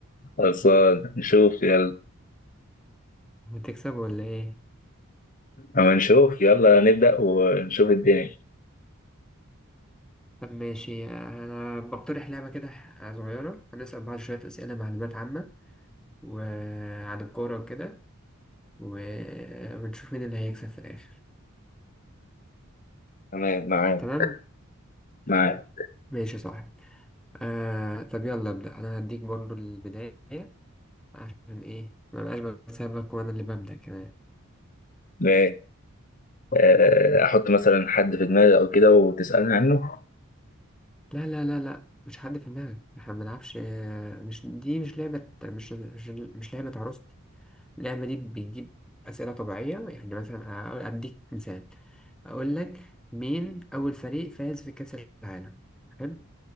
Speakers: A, on the left; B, in the centre.
A: خلصان نشوف يلا
B: هتكسب ولا ايه
A: اما نشوف يلا نبدأ ونشوف الدنيا
B: طب ماشي أنا بقترح لعبة كده صغيرة هنسأل بعض شوية أسئلة معلومات عامة وعن الكورة وكده و... ونشوف مين اللي هيكسب في الآخر
A: تمام معاك
B: تمام؟
A: معاك
B: ماشي يا صاحبي آه... طب يلا أبدأ أنا هديك برضو البداية عشان إيه ما بقاش بكسبك وأنا اللي ببدأ كمان
A: ماشي آه،
B: <laughs>
A: احط مثلا حد في دماغي او كده وتسألني عنه
B: لا لا لا لا مش حد في دماغك احنا ما بنلعبش آه، مش دي مش لعبة مش مش, مش لعبة عروستي اللعبة دي بتجيب أسئلة طبيعية يعني مثلا أقول- أديك مثال أقول لك مين أول فريق فاز في كأس العالم حلو